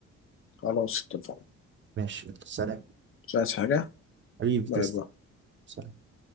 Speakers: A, on the left; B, on the right.
A: خلاص اتفقنا
B: ماشي سلام
A: مش عايز حاجة
B: حبيبي
A: باي
B: تسلم
A: باي
B: سلام.